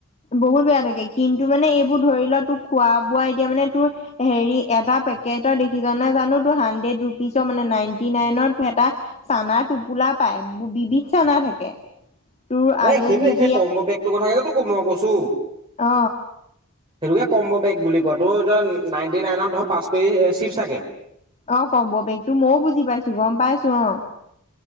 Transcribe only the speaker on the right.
এ সেইটোৱে
সেই কম্ব পেকতটো কথাকেটো মই কৈছো
সেইটোকে কম্ব পেক বুলি কোৱা তো এতিয়া নাইণ্টি নাইনত ধৰ পাঁচ কৰি চিপছ থাকে